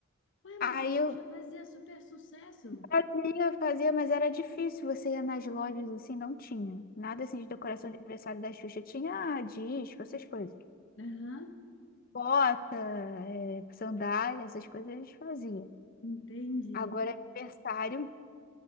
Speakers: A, on the left; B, on the left.
A: Ué,
B: Aí
A: mas a Xuxa
B: eu,
A: fazia super sucesso.
B: Fazia, fazia, mas era difícil. Você ia nas lojas assim, não tinha. Nada assim de decoração de aniversário da Xuxa. Tinha ah, disco, essas coisas.
A: Aham,
B: Bota, sandália, essas coisas eles faziam.
A: entendi.
B: Agora é aniversário,